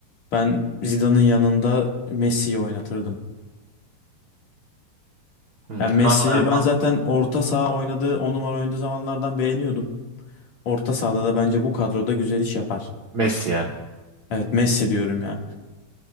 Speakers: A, on the left (about 65°); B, on the right (about 80°).
A: ben Zidane'ın yanında Messi'yi oynatırdım.
B: Hmm,
A: Yani Messi'yi
B: kanat oynatmaz.
A: ben zaten orta saha oynadığı, 10 numara oynadığı zamanlardan beğeniyordum. Orta sahada da bence bu kadroda güzel iş yapar.
B: Messi yani.
A: Evet Messi diyorum ya.